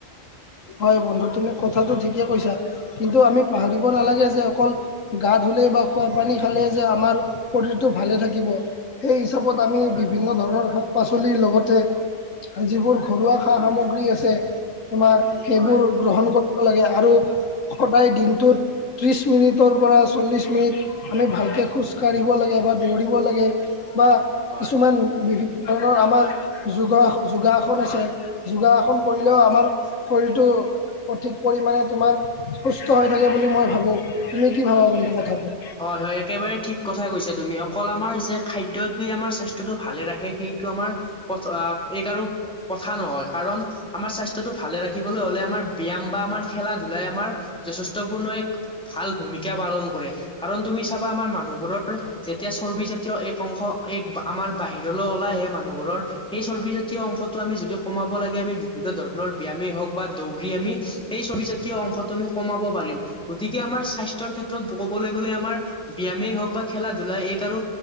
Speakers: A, on the left; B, in the centre.
A: হয় বন্ধু তুমি কথাটো ঠিকেই কৈছা, কিন্তু আমি পাহৰিব নালাগে যে অকল - গা ধুলে বা খোৱা পানী খালে যে আমাৰ শৰীৰটো ভালে থাকিব - সেই হিচাপত আমি
B: হয়
A: বিভিন্ন - ধৰণৰ শাক পাচলিৰ লগতে যিবোৰ ঘৰুৱা সা সামগ্ৰী আছে তোমাৰ - সেইবোৰ
B: হয়
A: গ্ৰহণ কৰিব লাগে আৰু সদায় দিনটোত - ত্ৰিছ মিনিটৰ পৰা চল্লিছ মিনিট - আমি ভালকে খোজ কাঢ়িব লাগে বা দৌৰিব লাগে বা
B: হয়।
A: কিছুমান বিভি - ধৰণৰ আমাৰ যোগ যোগাসন আছে যোগাসাসন কৰিলেও আমাৰ - শৰীৰ টো সঠিক পৰিমাণে তোমাৰ সুস্থ হৈ থাকে বুলি মই ভাবো তুমি কি ভাবা বন্ধু কথাটো।
B: হয় হয় একেবাৰে ঠিক কথাই কৈছা তুমি। অ কল আমাৰ যে খাদ্যটোৱে আমাৰ স্বাস্থ্যটো ভালে ৰাখে সেইটো আমাৰ এক আৰু কথা নহয়। কাৰণ আমাৰ স্বাস্থ্যটো ভালে ৰাখিবলৈ হলে আমাৰ ব্যায়াম বা আমাৰ খেলা ধূলাই আমাৰ যথেষ্ট পূৰ্ণ এক ভাল ভূমিকা পালন কৰে। কাৰণ তুমি চাবা আমাৰ মানুহবোৰৰ যেতিয়া চৰ্বি জাতীয় এক অংশ এক আমাৰ বাহিৰলৈ ওলাই আহে মানুহবোৰৰ সেই চৰ্বিজাতীয় অংশটো আমি যদি কমাব লাগে আমি বিভিন্ন ধৰণৰ ব্যায়ামে হওক বা দৌৰি আমি সেই চৰ্বি জাতীয় অংশটো আমি কমাব পাৰিম। গতিকে আমাৰ স্বাস্থ্যৰ ক্ষেত্ৰত কবলৈ গলে আমাৰ ব্যায়ামে হওক বা খেলা-ধূলা এক আৰু